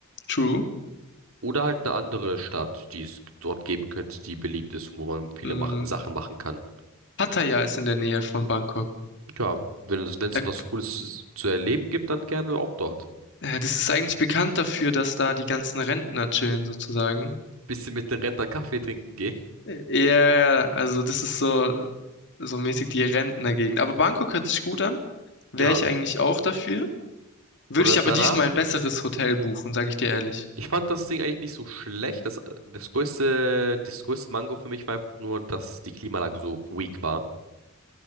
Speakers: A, on the left; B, on the right.
A: True.
B: Oder halt eine andere Stadt, die es dort geben könnte, die beliebt ist und wo man viele
A: Mm,
B: mach Sachen machen kann.
A: Pattaya ist in der Nähe von Bangkok.
B: Ja, wenn es, wenn es
A: Da,
B: was Cooles zu zu erleben gibt, dann gerne auch dort.
A: äh, das ist eigentlich bekannt dafür, dass da die ganzen Rentner chillen, sozusagen.
B: Bisschen mit den Rentnern Kaffee trinken gehen.
A: Äh, Ja, ja, also das ist so, so mäßig die Rentnergegend. Aber Bangkok hört sich gut an. Wäre
B: Ja,
A: ich eigentlich auch dafür. Würde
B: und dann
A: ich aber
B: danach,
A: diesmal ein besseres Hotel buchen, sage ich dir ehrlich.
B: ich fand das Ding eigentlich nicht so schlecht. Das, das größte, das größte Mango für mich war einfach nur, dass die Klimaanlage so weak war.